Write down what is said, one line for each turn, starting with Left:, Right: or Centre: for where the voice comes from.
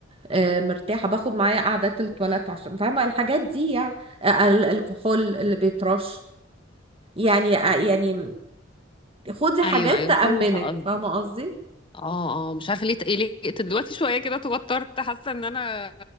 Right: آه، مرتاحه باخد معايا قعدات التواليت عشان فاهمه الحاجات دي يعني آه، ال- الكحول اللي بيترش يعني آه، يعني خدي حاجات
Left: ايوه ايوه
Right: تأمنك
Left: فهمت قصدي
Right: فاهمه قصدي
Left: اه اه مش عارفه ليه قلقت دلوقتي شويه كده توترت حاسه ان انا